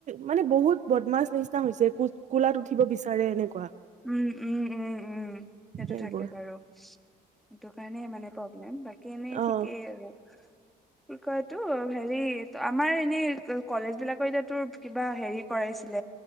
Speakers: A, on the right (about 45°); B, in the centre.
A: মানে বহুত বদমাছ নিচিনা হৈছে ক কোলাত উঠিব বিচাৰে এনেকুৱা।
B: উম উম উম উম সেইটো
A: সেইবোৰ
B: থাকে বাৰু সেইটো কাৰণে মানে প্ৰব্লেম। কেনেই ঠিকেই
A: অ
B: আৰু। কি কটো হেৰি আমাৰ এনে কলেজ বিলাকৰ এতিো কিবা হেৰি কৰাইছিল